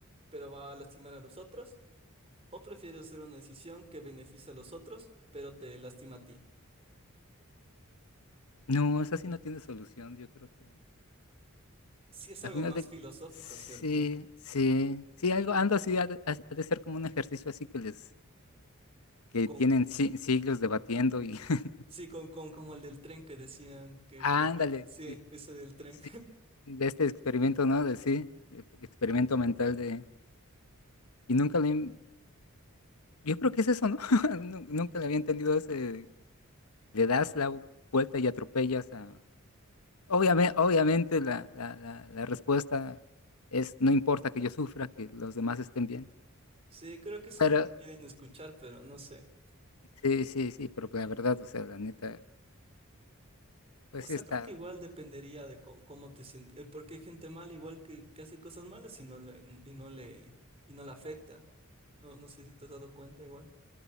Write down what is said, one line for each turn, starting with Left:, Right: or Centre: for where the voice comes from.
Right: pero va a lastimar a los otros? ¿O prefieres hacer una decisión que beneficia a los otros, pero te lastima a ti?
Left: No, eso sí no tiene solución, yo creo que...
Right: Sí es
Left: Al
Right: algo
Left: final
Right: más
Left: de...
Right: filosófico,
Left: Sí,
Right: ¿cierto?
Left: sí, sí, algo, ando así, ha de, ha- de ser como un ejercicio así que les, que
Right: Con,
Left: tienen si- siglos debatiendo y... <laughs>
Right: sí, con, con como el del tren que decían que
Left: ándale,
Right: prefieres. Sí,
Left: sí,
Right: ese del tren.
Left: sí, sí, de este experimento, ¿no? De sí, de experimento mental de... Y nunca le... he- Yo creo que es eso, ¿no? <laughs> Nu- Nunca le había entendido ese... Le das la vuelta y atropellas a... Obviamente, obviamente la, la, la, la respuesta es, no importa que yo sufra, que los demás estén bien.
Right: Sí, creo que eso
Left: Pero,
Right: es lo que quieren escuchar, pero no sé.
Left: sí, sí, sí, pero la verdad, o sea, la neta... Pues
Right: O sea,
Left: sí está.
Right: creo que igual dependería de co- cómo te sientes, eh, porque hay gente mala igual que, que hace cosas malas y no le, y no le, y no le afecta. No, no sé si te has dado cuenta igual.